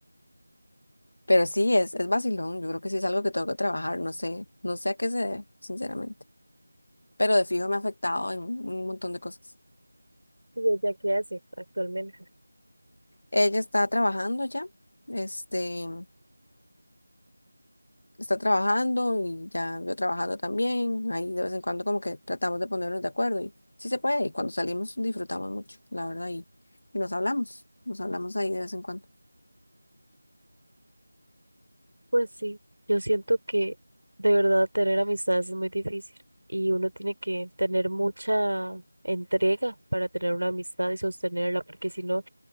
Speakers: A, on the left; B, on the right.
A: Pero sí, es, es vacilón. Yo creo que sí es algo que tengo que trabajar. No sé, no sé a qué se debe, sinceramente. Pero de fijo me ha afectado en un montón de cosas.
B: ¿Y ella qué hace actualmente?
A: Ella está trabajando ya. Este, está trabajando y ya yo trabajando también. Ahí de vez en cuando como que tratamos de ponernos de acuerdo y sí se puede. Y cuando salimos disfrutamos mucho, la verdad. Y, y nos hablamos, nos hablamos ahí de vez en cuando.
B: Pues sí, yo siento que de verdad tener amistades es muy difícil y uno tiene que tener mucha entrega para tener una amistad y sostenerla, porque si no,